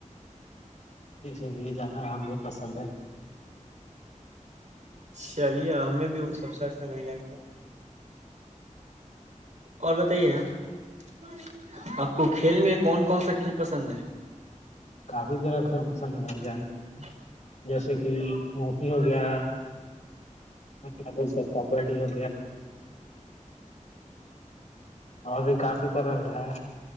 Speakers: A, on the left; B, on the right.
A: اسی لیے زیادہ ہمیں پسند ہے
B: چلیے ہمیں بھی سب سے اچھا وہی لگتا اور بتائیے نا آپ کو کھیل میں کون کون سا کھیل پسند ہے
A: کافی طرح کر پسند جان
B: ج
A: جیسے کہ ہکی ہو گیا میں کیا بولتا کبڈی ہو اور بھی کافی طرح سے ہیں